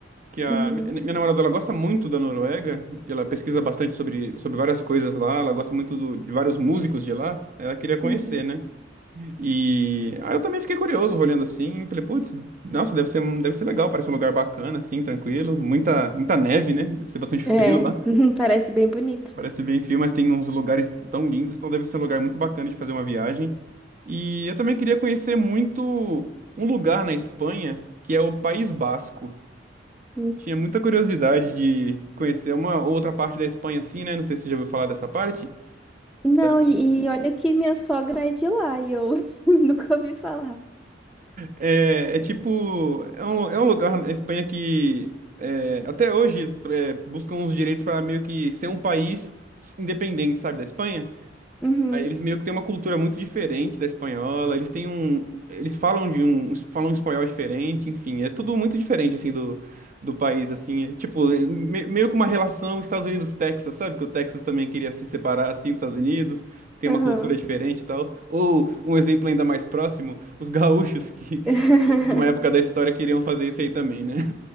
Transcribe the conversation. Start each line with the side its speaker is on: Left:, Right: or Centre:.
Right: que a
Centre: Uhum.
Right: mi- minha namorada ela gosta muito da Noruega, e ela pesquisa bastante sobre, sobre várias coisas lá, ela gosta muito do- de vários músicos de lá, ela queria conhecer,
Centre: Uhum.
Right: né? E aí eu também fiquei curioso, olhando assim, falei, putz, nossa, deve ser, um- deve ser legal, parece um lugar bacana, assim, tranquilo, muita, muita neve, né? Deve ser bastante frio
Centre: É,
Right: lá,
Centre: <laughs> parece bem bonito.
Right: parece bem frio, mas tem uns lugares tão lindos, então deve ser um lugar muito bacana de fazer uma viagem. E eu também queria conhecer muito um lugar na Espanha, que é o País Basco.
Centre: Uhum.
Right: Tinha muita curiosidade de conhecer uma outra parte da Espanha, assim, né? Não sei se você já ouviu falar dessa parte.
Centre: Não,
Right: Ela
Centre: e, e olha que minha sogra é de lá e eu <laughs> nunca ouvi falar.
Right: é, é tipo. É um, é um lugar na Espanha que é, até hoje é, buscam os direitos para meio que ser um país independente, sabe, da Espanha.
Centre: Uhum.
Right: Aí eles meio que têm uma cultura muito diferente da espanhola, eles têm um, eles falam de um, falam um espanhol diferente, enfim, é tudo muito diferente assim do, do país assim, é, tipo, é me- meio que uma relação Estados Unidos-Texas, sabe? Que o Texas também queria se separar assim dos Estados Unidos, tem
Centre: Aham.
Right: uma cultura diferente e tal. Ou um exemplo ainda mais próximo, os gaúchos que
Centre: <laughs>
Right: <laughs> numa época da história queriam fazer isso aí também, né?